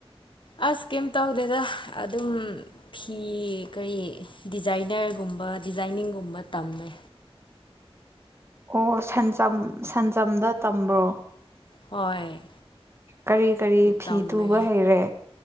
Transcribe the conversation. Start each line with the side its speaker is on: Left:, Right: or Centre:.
Left: ꯑꯁ ꯀꯩꯝ ꯇꯧꯗꯦꯗ ꯑꯗꯨꯝ ꯐꯤ ꯀꯔꯤ ꯗꯤꯖꯥꯏꯅꯔꯒꯨꯝꯕ ꯗꯤꯖꯥꯏꯅꯤꯡꯒꯨꯝꯕ ꯇꯝꯃꯦ
Right: ꯑꯣ ꯁꯟꯖꯝ ꯁꯟꯖꯝꯗ ꯇꯝꯕ꯭ꯔꯣ
Left: ꯍꯣꯏ
Right: ꯀꯔꯤ ꯀꯔꯤ
Left: ꯑꯩ
Right: ꯐꯤ
Left: ꯇꯝꯃꯦ
Right: ꯇꯨꯕ ꯍꯩꯔꯦ